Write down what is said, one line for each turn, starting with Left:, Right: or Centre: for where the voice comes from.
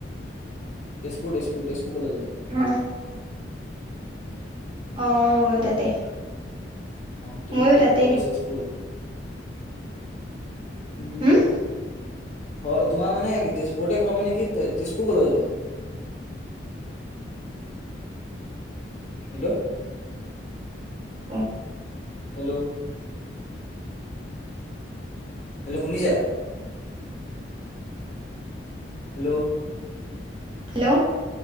Left: তেজপুৰ তেজপুৰ তেজপুৰ কলেজতে।
Right: উম। অ মোৰো তাতে।
Left: আহ তুমি
Right: ময়ো
Left: কি
Right: তাতে
Left: কলেজ তেজপুৰ? উম,
Right: হুম
Left: হয় তোমাৰ মানে তেজপুৰতে ঘৰ মানে কি ত তেজপুৰ কলেজতে? হেল্ল'?
Right: অঁহ।
Left: হেল্ল'! হেল্ল' শুনিছা? হেল্ল'!
Right: হেল্ল'।